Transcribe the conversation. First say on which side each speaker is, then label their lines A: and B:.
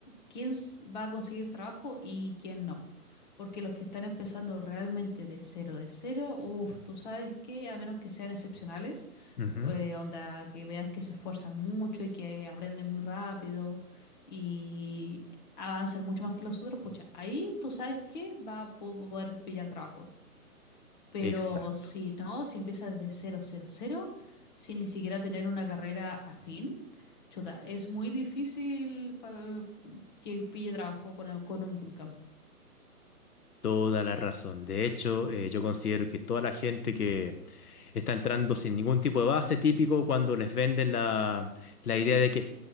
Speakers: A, on the left; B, on the left.
A: quién s- va a conseguir trabajo y quién no. Porque los que están empezando realmente de cero, de cero, uff, tú sabes que a menos que sean excepcionales,
B: ujú.
A: eh, onda, que veas que se esfuerzan mucho y que aprenden muy rápido y avanzan mucho más que los otros, pucha, ahí tú sabes que va a po- poder pillar trabajo. Pero
B: Exacto.
A: si no, si empiezas de cero cero cero sin ni siquiera tener una carrera afín, chuta, es muy difícil pa- que pille trabajo con, el- con un bootcamp.
B: Toda la razón. De hecho, eh, yo considero que toda la gente que está entrando sin ningún tipo de base típico cuando les venden la, la idea de que